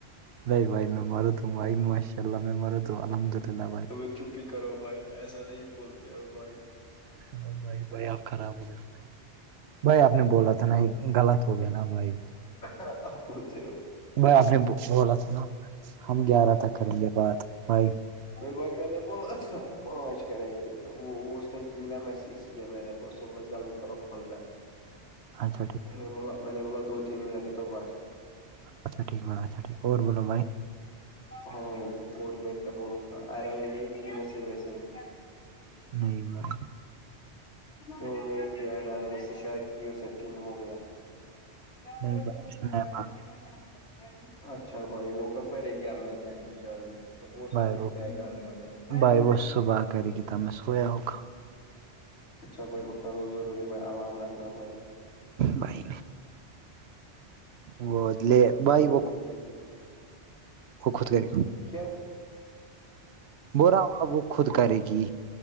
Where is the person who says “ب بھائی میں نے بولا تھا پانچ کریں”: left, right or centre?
Left